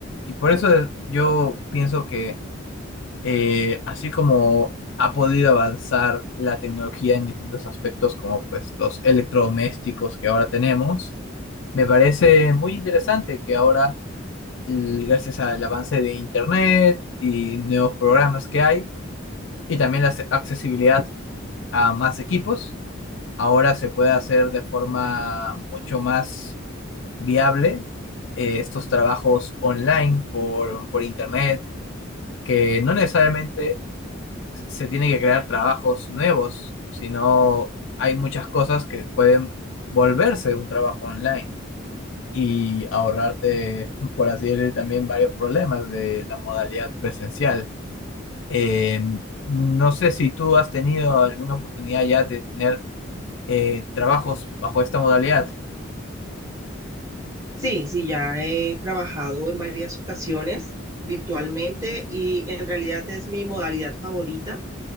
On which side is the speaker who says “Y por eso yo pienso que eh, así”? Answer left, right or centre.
Left